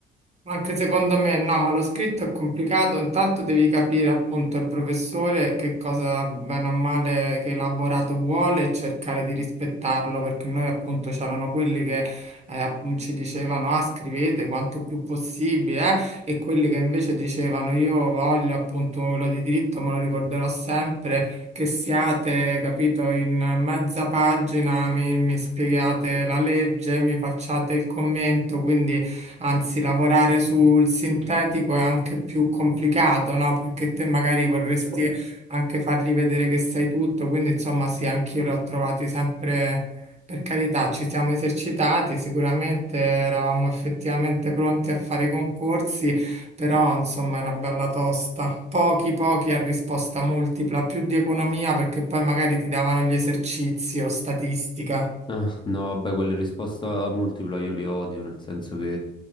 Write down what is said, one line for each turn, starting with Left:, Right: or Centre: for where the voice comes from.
Right: Anche secondo me no, ma lo scritto è complicato. Intanto devi capire appunto il professore che cosa bene o male che elaborato vuole e cercare di rispettarlo, perché noi appunto c'erano quelli che eh, app- ci dicevano ah, scrivete quanto più possibile eh", e quelli che invece dicevano io voglio appunto quello di diritto, me lo ricorderò sempre, che siate, capito, in mezza pagina, mi, mi spiegate la legge, mi facciate il commento, quindi Anzi, lavorare sul sintetico è anche più complicato, no? Perché te magari vorresti anche fargli vedere che sai tutto, quindi insomma sì, anch'io l'ho trovati sempre, per carità, ci siamo esercitati, sicuramente eravamo effettivamente pronti a fare i concorsi, però insomma era bella tosta. Pochi, pochi a risposta multipla, più di economia perché poi magari ti davano gli esercizi o statistica.
Left: Ah, no, vabbè, quelle risposte a multipla io le odio, nel senso che,